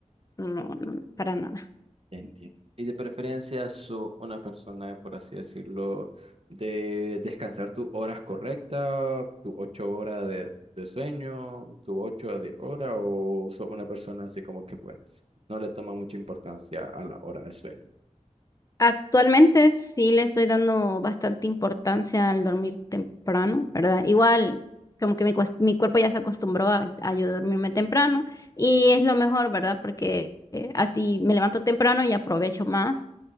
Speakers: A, on the left (about 25°); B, on the right (about 50°).
A: no, no, para nada.
B: Entiendo. Y de preferencia, sos una persona, por así decirlo, de descansar tus horas correctas, tus ocho horas de, de sueño, tus ocho de hora, o sos una persona así como que pues no le toma mucha importancia a la hora de sueño.
A: Actualmente sí le estoy dando bastante importancia al dormir temprano, ¿verdad? Igual, como que mi, cues- mi cuerpo ya se acostumbró a, a yo dormirme temprano y es lo mejor, ¿verdad? Porque eh, así me levanto temprano y aprovecho más.